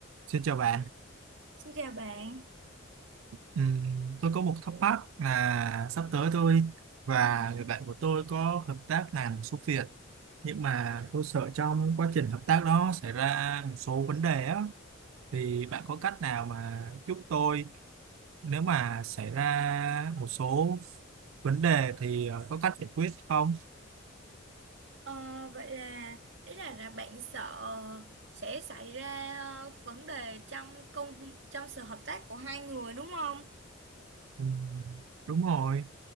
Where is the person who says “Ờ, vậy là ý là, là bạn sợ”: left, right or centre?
Right